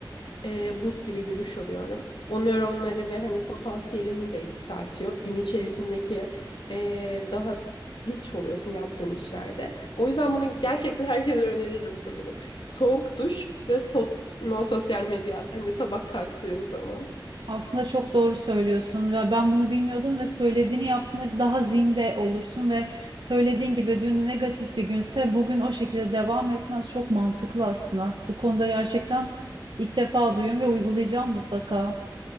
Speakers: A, on the left (about 75°); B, on the right (about 75°).
A: Ee, buz gibi bir duş alıyorum. O nöronları ve hani potansiyelini de yükseltiyor. Gün içerisindeki ee, daha dinç oluyorsun yaptığın işlerde. O yüzden bunu gerçekten herkese öneririm sanırım. Soğuk duş ve so- no sosyal medya hani sabah kalktığın zaman.
B: Aslında çok doğru söylüyorsun ve ben bunu bilmiyordum ve söylediğini yaptığında daha zinde olursun ve söylediğin gibi dün negatif bir günse bugün o şekilde devam etmez. Çok mantıklı aslında. Bu konuda gerçekten ilk defa duyuyorum ve uygulayacağım mutlaka.